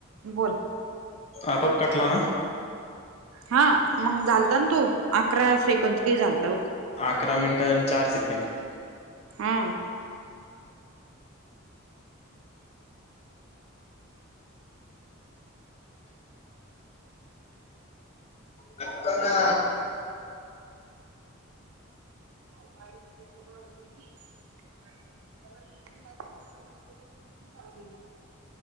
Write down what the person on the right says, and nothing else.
बोल
हा मंग झालता ना तो अकरा सेकंड कई झालता ओक
हा
<unintelligible> <unintelligible>